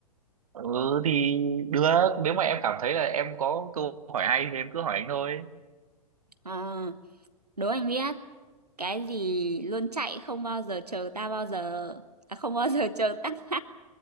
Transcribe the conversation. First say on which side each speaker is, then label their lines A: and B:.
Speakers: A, on the right; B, on the right.
A: ừ thì được nếu mà em cảm thấy là em có câu hỏi hay thì em cứ hỏi anh thôi
B: À, đố anh biết. Cái gì luôn chạy không bao giờ chờ ta bao giờ. À, không bao <laughs> giờ chờ ta. <laughs>